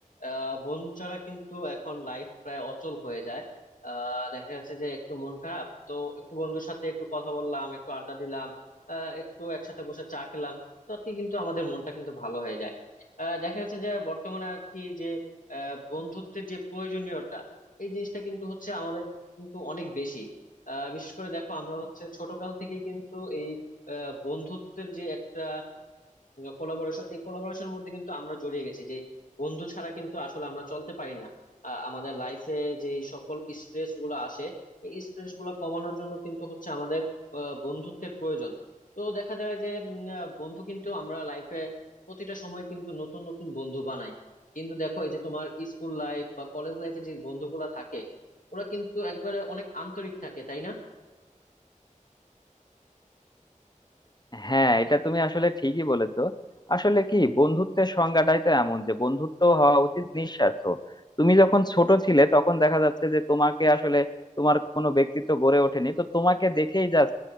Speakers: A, on the left; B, on the left.
A: আহ, বন্ধু ছাড়া কিন্তু এখন লাইফ প্রায় অচল হয়ে যায় আহ, দেখা যাচ্ছে যে একটু মন খারাপ তো একটু বন্ধুর সাথে একটু কথা বললাম একটু আড্ডা দিলাম আহ, একটু একসাথে বসে চা খেলাম তাতে কিন্তু আমাদের মনটা কিন্তু ভালো হয়ে যায় আহ, দেখা যাচ্ছে যে বর্তমানে আর কি যে আহ, বন্ধুত্বের যে প্রয়োজনীয়তা এই জিনিসটা কিন্তু হচ্ছে আমাদের কিন্তু অনেক বেশি আহ, বিশেষ করে দেখো আমরা হচ্ছে ছোটকাল থেকেই কিন্তু এই আহ, বন্ধুত্বের যে একটা কোলাবোরেশন এই কোলাবোরেশনের মধ্যে কিন্তু আমরা জড়িয়ে গেছি যে বন্ধু ছাড়া কিন্তু আসলে আমরা চলতে পারি না আহ, আমাদের লাইফে যে সকল স্ট্রেস গুলো আসে এই স্ট্রেস গুলো কমানোর জন্য কিন্তু হচ্ছে আমাদের আহ, বন্ধুত্বের প্রয়োজন তো দেখা যায় যে উম, আহ, বন্ধু কিন্তু আমরা লাইফে প্রতিটা সময় কিন্তু নতুন নতুন বন্ধু বানাই কিন্তু দেখো এই যে তোমার স্কুল লাইফ বা কলেজ লাইফে যে বন্ধুগুলা থাকে ওরা কিন্তু একবারে অনেক আন্তরিক থাকে তাই না
B: হ্যাঁ এটা তুমি আসলে ঠিকই বলেছো আসলে কি বন্ধুত্বের সংজ্ঞাটাই তো এমন যে বন্ধুত্ব হওয়া উচিত নিঃস্বার্থ তুমি যখন ছোট ছিলে তখন দেখা যাচ্ছে যে তোমাকে আসলে তোমার কোনো ব্যক্তিত্ব গড়ে ওঠেনি তো তোমাকে দেখেই জাস্ট